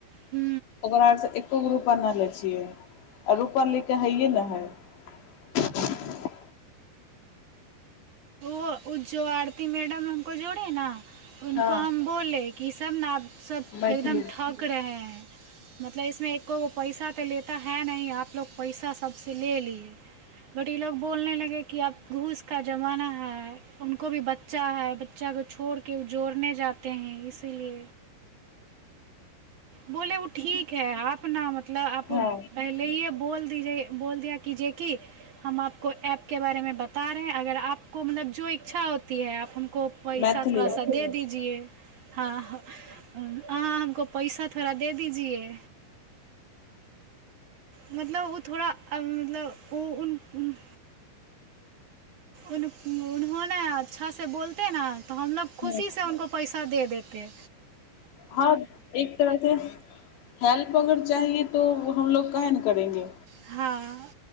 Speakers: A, on the right; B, on the left.
A: हू
B: बोरा आरसँ एको गो रुपैआ ल लै छियै आ रुपैा लिकेऽ हइए नहि हइ
A: ओ ओज्जो आरती मैडम हमको जोड़े न उनको
B: हँ
A: हम बोले कि ई सब ने आप सब
B: मैथिली
A: एकदम ठक रहे हैं मतलब इसमे एकोगो पैसा तऽ लेता है नह आपलोग पैसा सबसँ ले लियए बट ई लोग बोलने लगे कि अब घूस का ज़माना है। उको भ बच बच्चा है बच्चा को छोड़ के जोड़ने जाते है इस। पसलए बोले ओ ठीक है आप न मतलब आप
B: हँ
A: पहले ह बोल बोल दिया कि जेेकी हम आपको प के बारेमे बता रहेै अगर आपको मतलब जो इच्छा होती है आ हम को पैसा
B: मैथिली
A: थोड़ा सा दे दीजिए हँ ह आ ग पैसा थोड़ा दे दीजए मतलब ओ थोड़ा मतलब ओ उु उुन ओहोने अच्छासँ बोलतै ने तऽ हमलोग खुशी
B: हँ
A: से उनको पैसा दे देतै
B: हँ एक तरहसँ हेल्प अगर चाहिए त तो हमलोग कय ने करेंगे
A: हाँ